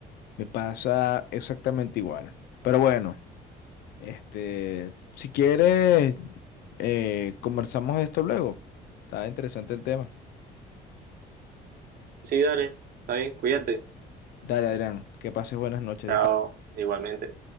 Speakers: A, on the left (about 70°); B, on the right (about 60°).
A: Me pasa exactamente igual. Pero bueno, este, si quieres, eh, conversamos de esto luego. Está interesante el tema.
B: Sí, dale, está bien, cuídate.
A: Dale, Adrián, que pases buenas noches.
B: Chao,
A: descansa.
B: igualmente.